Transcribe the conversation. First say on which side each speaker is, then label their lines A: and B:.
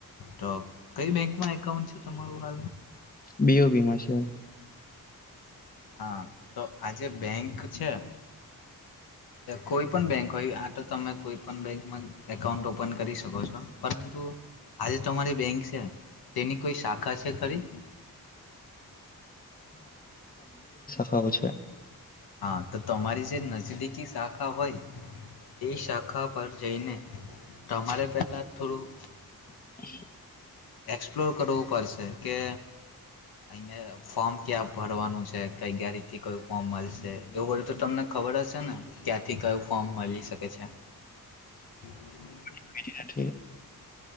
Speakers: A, on the left; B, on the left.
A: તો કઈ બેંકમાં કોણ છે તમારું હાલ
B: બીઓબીમાં છે
A: હા તો આજે બેંક છે <inaudible> કોઈ પણ બેંક હોય આ તમે કોઈ પણણ બેંક એકઉન્ટ ઓપન કરી શકો છો પરંતુ આજે તમારી બેંક છે તેની કોઈ શાખા છે ખરી
B: ખાવું છે
A: હા તો તમારી જે નજદીકી શાખા હોય એ શાખા પર જઈને તમારે પેલા થોડું
B: <inaudible>
A: એક્સપ્લોર કરવું પડશે કે અહિયાં ફોર્મ ક્યાં ભરવાનું છે કઈ ગયાારીથી કોઈ ફોર્મ મળશે એવું બધું તો તમને ખબર હશે ને ક્યાંથી કયું ફોર્મ મળી શકે છે <inaudible>
B: <inaudible>